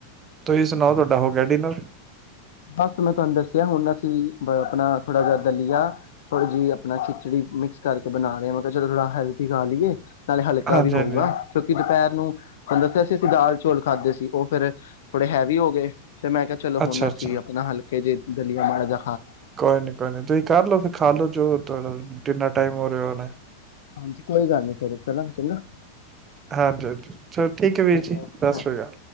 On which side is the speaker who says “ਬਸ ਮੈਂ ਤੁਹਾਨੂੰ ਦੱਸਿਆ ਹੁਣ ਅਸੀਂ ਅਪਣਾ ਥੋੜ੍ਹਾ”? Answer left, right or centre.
Left